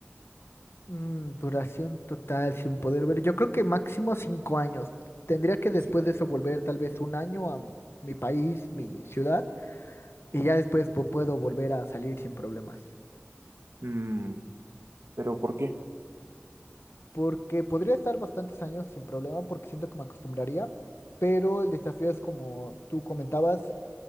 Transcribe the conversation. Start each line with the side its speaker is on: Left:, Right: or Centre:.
Left: Mm, duración total sin poder ver. Yo creo que máximo cinco años. Tendría que después
Right: Sí.
Left: de eso volver tal vez un año a m- mi país, mi ciudad, y ya después pu- puedo volver a salir sin problemas.
Right: Mm, pero ¿por qué?
Left: Porque podría estar bastantes años sin problema porque siento que me acostumbraría, pero el desafío es como tú comentabas,